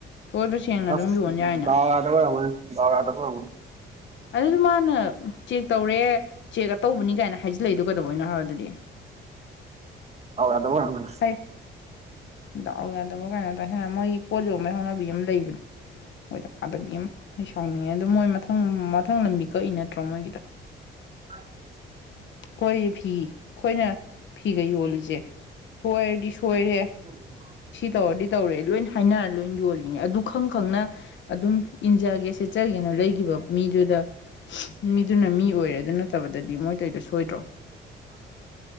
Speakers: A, on the left (about 65°); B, on the right (about 35°).
A: ꯂꯣꯏꯗꯣ ꯁꯦꯡꯅ ꯑꯗꯨꯝ
B: ꯑꯁ
A: ꯌꯣꯟ ꯌꯥꯏꯅ
B: ꯗꯥꯎ ꯌꯥꯗꯕ ꯑꯣꯏꯔꯝꯅꯤ ꯗꯥꯎ ꯌꯥꯗꯕ ꯑꯣꯏꯔꯝꯒꯅꯤ
A: ꯑꯗꯨꯗ ꯃꯥꯅ ꯆꯦꯛ ꯇꯧꯔꯦ ꯆꯦꯛ ꯑ ꯇꯧꯕꯅꯤ ꯀꯥꯏꯅ ꯍꯥꯏꯖꯤꯜꯂꯛꯏꯗꯣ ꯀꯩꯗꯧꯕꯩꯅꯣ ꯍꯥꯏꯕ ꯑꯗꯨꯗꯤ
B: <inaudible> ꯗꯥꯎ ꯌꯥꯗꯕ ꯑꯣꯏꯔꯝꯒꯅꯤ
A: ꯍꯩ ꯗꯥꯎ ꯌꯥꯗꯕ ꯀꯩꯅꯣ ꯇꯅ ꯃꯣꯏ ꯄꯣ ꯌꯣꯝ ꯃꯩ ꯍꯅꯕꯤ ꯑꯃ ꯂꯩꯕꯅꯦ ꯃꯣꯏꯗ ꯄꯥꯗꯕꯤ ꯑꯃ ꯑꯩ ꯁꯥꯎꯅꯤꯡꯉꯦ ꯑꯗꯨ ꯃꯣꯏ ꯃꯊꯪ ꯃꯊꯪ ꯂꯝꯕꯤ ꯀꯛꯏ ꯅꯠꯇ꯭ꯔꯣ ꯃꯣꯏꯒꯤꯗ
B: <unintelligible>
A: ꯑꯩꯈꯣꯏ ꯐꯤ ꯑꯩꯈꯣꯏꯅ ꯐꯤꯒ ꯌꯣꯜꯂꯤꯁꯦ ꯁꯣꯏꯔꯗꯤ ꯁꯣꯏꯔꯦ
B: ꯑꯣꯏꯔꯝꯒꯅꯤ
A: ꯁꯤ ꯇꯧꯔꯗꯤ ꯇꯧꯔꯦ ꯂꯣꯏ ꯍꯥꯏꯅꯔ ꯂꯣꯏ ꯌꯣꯜꯂꯤꯅ‌ꯦ ꯑꯗꯨ ꯈꯪ ꯈꯪꯅ ꯑꯗꯨꯝ ꯏꯟꯖꯒꯦ ꯁꯦꯠꯆꯒꯦꯅ ꯂꯩꯈꯤꯕ ꯃꯤꯗꯨ ꯗ ꯃꯤꯗꯨꯅ ꯃꯤ ꯑꯣꯏꯔꯒꯅ ꯅꯠꯇꯕꯗꯗꯤ ꯃꯣꯏꯇꯧꯔꯤꯗꯣ ꯁꯣꯏꯗ꯭ꯔꯣ